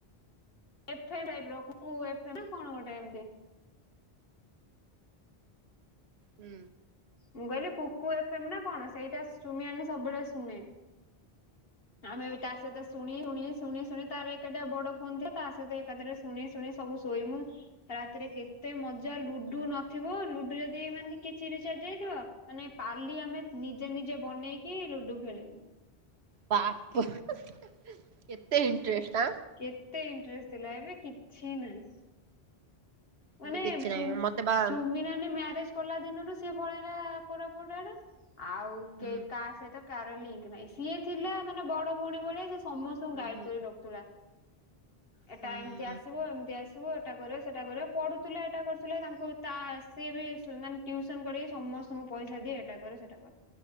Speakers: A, on the left; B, on the right.
A: ଏଫମ ଟାଇପର କୁକୁ ଏଫମ୍ ନା କଣ ଗୋଟେ ଏମତି।
B: ହୁଁ।
A: ମୁଁ କହିଲି କୁକୁ ଏଫମ୍ ନା କଣ ସେଇଟା ଚୁମି ନାନି ସବବେଳେ ଶୁଣେ। ଆମେ ଏବେ ତା ସହିତ ଶୁଣି ଶୁଣି ଶୁଣି ଶୁଣି ତାର ଏକାଟିଆ ବଡ ଫୋନ ଥିଲା ତା ସହିତ ଏକାଥରେ ଶୁଣି ଶୁଣି ସବୁ ଶୋଇମୁ ରାତିରେ କେତେ ମଜା ଲୁଡୁ ନ ଥିବୁ ଲୁଡୁ ଯଦି ମାନେ କିଛି ରିଚାର୍ଜ୍ ହେଇଥିବ ମାନେ ପାଲି ଆମେ ନିଜେ ନିଜେ ବନେଇକି କି ଲୁଡୁ ଖେଳିବୁ।
B: ବାପ କେତେ ଇଣ୍ଟେରେଷ୍ଟ ଆଁ।
A: କେତେ ଇଣ୍ଟରେଷ୍ଟ ଥିଲା ଏବେ କିଛି ନାହିଁ।
B: ମୋର
A: ମାନେ
B: କିଛି ନାହିଁ
A: ଚୁ
B: ମତେ ବା
A: ଚୁମିନାନି ମ୍ୟାରେଜ ଗଲା ଦିନରୁ ସିଏ ପଳେଇଲା କୋରାପୁଟ ଆଡେ ଆଉ
B: ହୁଁ
A: କେହି କା ସହିତ କାର ଲିଙ୍କ ନାଇଁ ସିଏ ଥିଲା ମାନେ ବଡ ଭଉଣୀ ଭଳିଆ ସେ ସମସ୍ତଙ୍କୁ
B: ହୁଁ
A: ଗାଇଡ କରି ରଖୁଥିଲା। ଏଟା
B: ହୁଁ
A: ଏମିତି ଆସିବ ଏମିତି ଆସିବ ଏଟା କରିବ ସେଟା କରିବ ପଢୁଥିଲେ ଏଟା କରୁଥିଲେ, ତାଙ୍କୁ ତା ସିଏ ବି ମାନେ ଟ୍ୟୁସନ କରିକି ସମସ୍ତଙ୍କୁ ପଇସା ଦିଏ, ଏଟା କରେ ସେଟା କରେ।